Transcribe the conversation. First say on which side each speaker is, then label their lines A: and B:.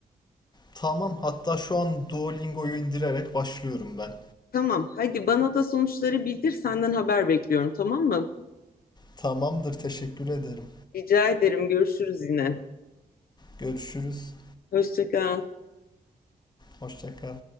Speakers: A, on the left; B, on the left.
A: Tamam, hatta şu an Duolingo'yu indirerek başlıyorum ben.
B: Tamam, hadi bana da sonuçları bildir. Senden haber bekliyorum, tamam mı?
A: Tamamdır, teşekkür ederim.
B: Rica ederim. Görüşürüz yine.
A: Görüşürüz.
B: Hoşça kal.
A: Hoşça kal.